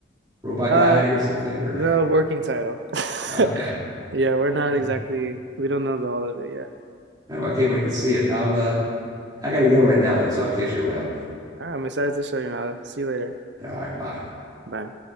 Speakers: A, on the right; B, on the right.
A: Robot
B: Uh,
A: Guy or something or
B: no, working title.
A: okay.
B: <laughs> Yeah, we're not
A: All
B: exactly,
A: right.
B: we don't know all of it yet.
A: Oh, I can't wait to see it. I'll uh, I gotta go right now though, so I'll catch you around.
B: All right, I'm excited to show you, now. See you later.
A: All right, bye.
B: Bye.